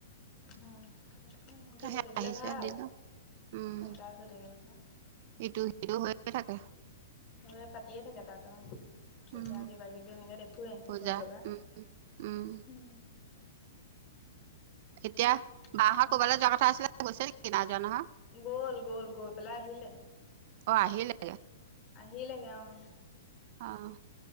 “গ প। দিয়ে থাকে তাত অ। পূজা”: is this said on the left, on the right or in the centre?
Left